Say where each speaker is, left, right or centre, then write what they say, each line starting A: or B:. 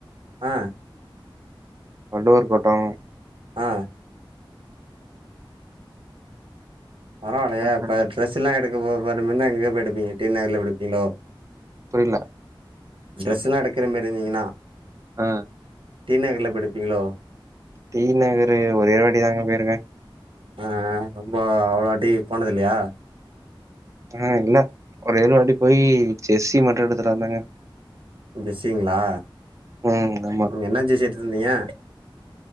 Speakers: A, on the right; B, on the right.
A: ஆ
B: வள்ளுவர் கோட்டோ
A: ஆ பரவாலையே
B: அப்றோ என்ன
A: இப்ப ட்ரெஸ் எல்லா எடுக்கபோகும் முன்னே எங்க போய் எடுப்பீங்க டீ நகர்ல போய் எடுப்பீங்ளோ
B: புரில
A: ட்ரெஸ்ல்லா எடுக்குற மேரி இருந்திங்கன்னா
B: அ
A: டீ நகர்ல போய் எடுப்பீங்ளோ
B: டீ நகரு ஒரே ஒருவாட்டி தாங்க போயிருக்க
A: ஆ ரொம்ப அவ்ளாட்டி போனதுல்லையா
B: ஆ இல்ல ஒரே ஒரு வாட்டி போயி ஜெர்ஸி மட்டு எடுத்துட்டு வந்தங்க
A: ஜெஸ்ஸிங்ளா
B: ம் ஆமா
A: நீங்க என்ன ஜெஸ்ஸி எடுத்துட்டுவந்தீங்க